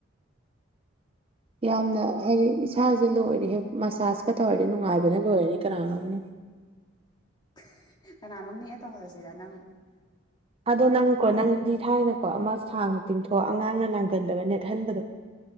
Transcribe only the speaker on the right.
ꯌꯥꯝꯅ ꯍꯥꯏꯗꯤ ꯏꯁꯥꯖꯦ ꯂꯣꯏꯔꯦꯍꯦ ꯃꯁꯥꯁꯀ ꯇꯧꯔꯗꯤ ꯅꯨꯡꯉꯥꯏꯕꯅ ꯂꯣꯏꯔꯅꯤ ꯀꯅꯥꯅꯣꯝꯅ
ꯑꯗꯣ ꯅꯪꯀꯣ ꯅꯪꯗꯤ ꯊꯥꯏꯅꯀꯣ ꯑꯃ ꯁꯥꯡꯅ ꯇꯤꯡꯊꯣꯛꯑ ꯑꯉꯥꯡꯅ ꯅꯥꯡꯒꯟꯗꯒ ꯅꯦꯠꯍꯟꯕꯗꯣ <inaudible>